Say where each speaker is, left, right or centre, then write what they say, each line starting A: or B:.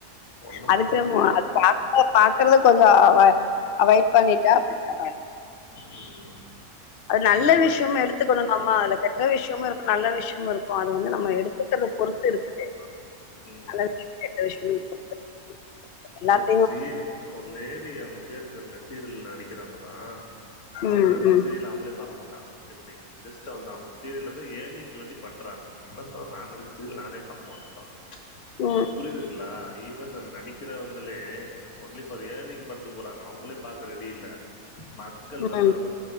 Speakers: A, on the left; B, on the left.
A: ஒண்ணும்
B: அதுக்கு
A: பண்ண
B: நம்ம
A: முடியாது.
B: அத பாக் பாக்குறத கொஞ்சம் அவ அவாய்ட் பண்ணிட்டா <unintelligible>
A: ம்
B: அது நல்ல
A: என்ன சொல்ல?
B: விஷயம் எடுத் எடுத்துக்குணும் நம்ம அதுல கெட்ட விஷ்யமும் இருக்கும் நல்ல விஷ்யமும் இருக்கும் அது வந்து நம்ம எடுத்துக்கறத பொறுத்து இருக்குது
A: ம்
B: <inaudible> எல்லாத்தையு
A: இல்ல இப்ப சீ ஒரு லேடி அவங்க பேர் தெர்ல சீரியல் நடிக்கிறவங்கதா அவ்ங்க
B: ம்
A: நடிச்ச
B: ம்
A: சீரியல அவங்களே பாக்க மாட்டாங்களா எப்டியா ஜஸ்ட் வந்து அவங்க சீரியல்ல வந்து ஏர்னிங்கு வேண்டி பண்றாங்க அவங்க என்ன சொன்னாங்க நா நடிச்ச சீரியல் நானே பாக்க மாட்டேன்றாங்க
B: ம்
A: அப்ப புரியுதுங்களா ஈவன் அந்த நடிக்கிறவங்களே ஒன்லி ஃபார் ஏர்னிங் பண்டு போறாங்க அவங்களே பாக்க ரெடி இல்ல மக்கள்
B: ம்
A: தான் தவ